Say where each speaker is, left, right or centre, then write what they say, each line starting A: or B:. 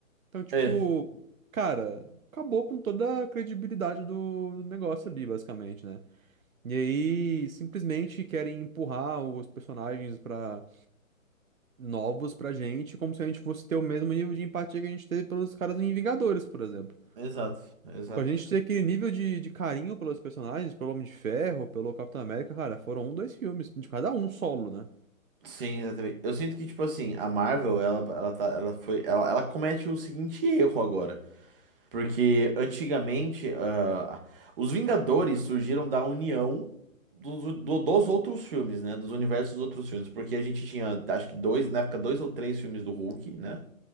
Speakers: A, on the right; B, on the right.
A: Então, tipo,
B: É,
A: cara, acabou com toda a credibilidade do, do negócio ali, basicamente, né? E aí, simplesmente querem empurrar os personagens para novos pra gente, como se a gente fosse ter o mesmo nível de empatia que a gente teve pelos caras do Vingadores, por exemplo.
B: exato, exato.
A: Pra gente ter aquele nível de, de carinho pelos personagens, pelo Homem de Ferro, pelo Capitão América, cara, foram um, dois filmes, de cada um solo, né?
B: Sim, exatamente. Eu sinto que, tipo assim, a Marvel, ela, ela, tá, ela foi, ela, ela comete o seguinte erro agora. Porque antigamente, ah, os Vingadores surgiram da união dos do- dos outros filmes, né? Dos universos dos outros filmes. Porque a gente tinha, acho que dois, na época, dois ou três filmes do Hulk, né?